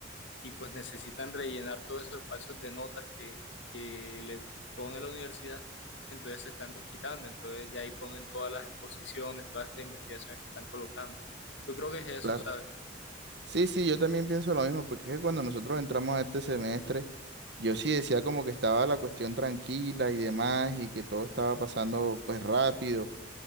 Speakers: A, on the left; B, on the right.
A: y pues necesitan rellenar todos esos espacios de notas que, que les pone la universidad, entonces se están desquitando, entonces ya ahí ponen todas las exposiciones, todas estas investigaciones que están colocando. Yo creo que es eso,
B: claro.
A: ¿sabes?
B: Sí, sí, yo también pienso lo mismo, porque es que cuando nosotros entramos a este semestre, yo sí decía como que estaba la cuestión tranquila y demás, y que todo estaba pasando pues rápido,